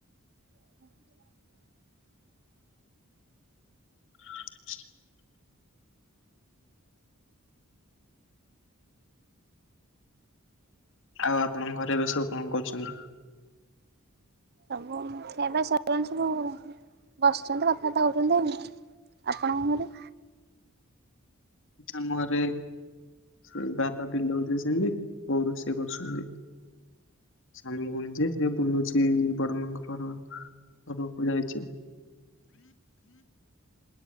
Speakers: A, on the right; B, on the left.
A: <inaudible>
B: <unintelligible> ଆଉ ଆପଣଙ୍କ ଘରେ ଏବେ ସବୁ ଙ୍କ କରୁଛନ୍ତି
A: ସବୁ ଏବେ ସ ସବୁ ବସିଛନ୍ତି କଥାବାର୍ତ୍ତା ହୋଉଛନ୍ତି ଆଉ ଆପଣଙ୍କ ଘରେ
B: ଆମ ଘରେ ସେ ବାପା ବିଲଉ ଯାଇଛନ୍ତି ବୋଉ ରୋଷେଇ କରୁଛନ୍ତି ସାନ ଭୋଉଣୀ ଯେ ସେ ବୁଲୁଛି ବଡ ମା ଙ୍କ ଘର ଘରୁକୁ ଯାଇଛି